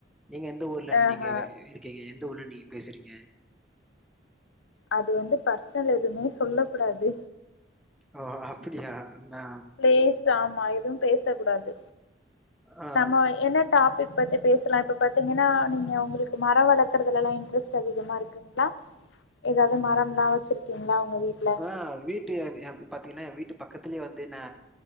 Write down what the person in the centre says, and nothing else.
நீங்க எந்த ஊர்ல
நீங்க இருக்கீங்க எந்த ஊர்ல நீங்க பேசுறீங்க
ஓ அப்புடியா ந்தா
ஆ,
ஆ வீட்டு பாத்தீங்கன்னா வீட்டு பக்கத்துலே வந்து நா